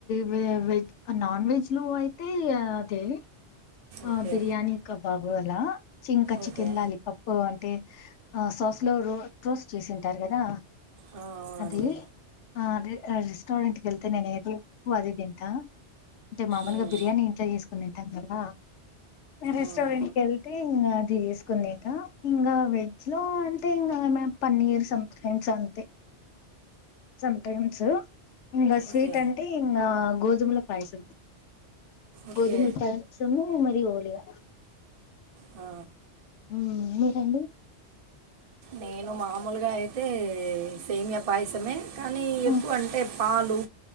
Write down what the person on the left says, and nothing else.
వె వెజ్ నాన్ వెజ్లు అయితే అదే ఆ
బిర్యానీ కబాబు అలా చింకా చికెన్
లాలిపప్పు అంటే ఆ సాస్ లో రో రోస్ చేసింటారు కదా
అది అదే రెస్టోరెంట్ గల్ త ననేది వ అది తింటా అంటే మామూలుగా
బిర్యానీ ఇంట్లో జేసుకుని తింటాం కదా రెస్టారెంట్కి
యెళ్తే ఇంగ అది జేసుకుంది అ ఇంగ వెజ్ లో అంటే ఇంగ ఏమేమ్ పన్నీర్ సటైమ్స్ అంతే సమ్ టైమ్స్ ఇంగ స్వీట్
అంటే ఇకా గోధుమల పైస
గోధుములు పాయసము ఓలిగా
మ్ మీరండి
మ్మ్